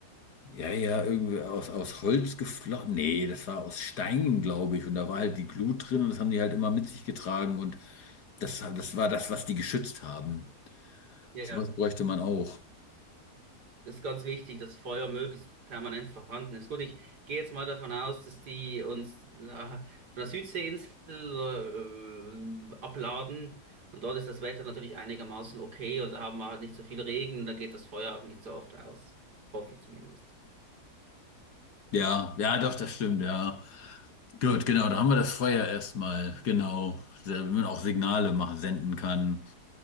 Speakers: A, on the left (about 80°); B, on the right (about 85°).
A: ja, ja, irgendwie aus, aus Holz geflochten. Nee, das war aus Steinen, glaube ich. Und da war halt die Glut drin und das haben die halt immer mit sich getragen und das, das war das, was die geschützt haben.
B: ja,
A: Sowas
B: ja.
A: bräuchte man auch.
B: Das ist ganz wichtig, dass Feuer möglichst permanent vorhanden ist. Gut, ich gehe jetzt mal davon aus, dass die uns äh, auf einer Südseeinsel äh, äh, abladen und dort ist das Wetter natürlich einigermaßen okay und da haben wir halt nicht so viel Regen und da geht das Feuer auch nicht so oft aus. Hoffe ich zumindest.
A: Ja, ja, doch, das stimmt, ja. Gut, genau, da haben wir das Feuer erstmal, genau, damit man auch Signale machen, senden kann.